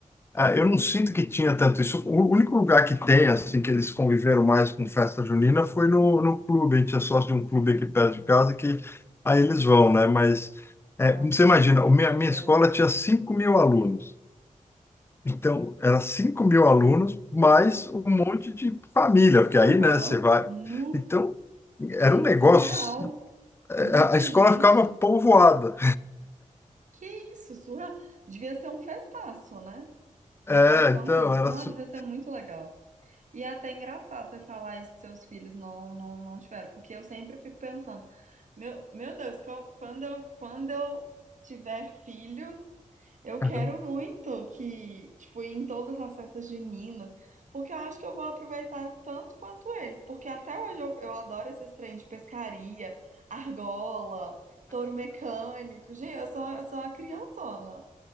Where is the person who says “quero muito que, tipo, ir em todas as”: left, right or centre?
Right